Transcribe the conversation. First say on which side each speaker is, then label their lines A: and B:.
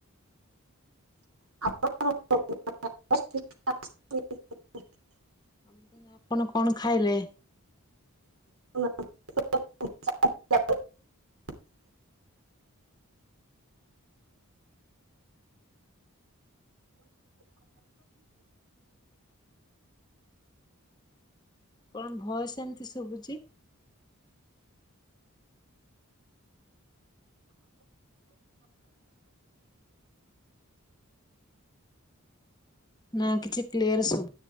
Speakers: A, on the right; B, on the left.
A: ଆପଣ <unintelligible>
B: ମୁଁ କହିଲି ଆପଣ କଣ ଖାଇଲେ?
A: <unintelligible>
B: କଣ ଭଏସ ଏମିତି ଶୁଭୁଚି? ନାଁ କିଛି କ୍ଲିୟର ଶୁଭୁ